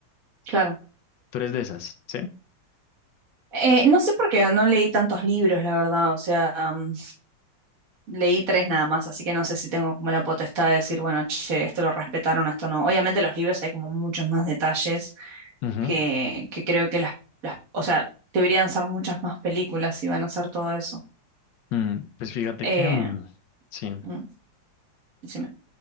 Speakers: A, on the right; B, on the left.
A: claro.
B: Tú eres de esas, ¿sí?
A: Eh, no sé por qué no leí tantos libros, la verdad, o sea, mm, leí tres nada más, así que no sé si tengo como la potestad de decir, bueno, che, esto lo respetaron, esto no. Obviamente los libros hay como muchos más detalles
B: Ujú.
A: que, que creo que las, las, o sea, deberían ser muchas más películas si van a hacer todo eso.
B: Mm, pues fíjate
A: Eh,
B: que, mm, sí,
A: mm, decime.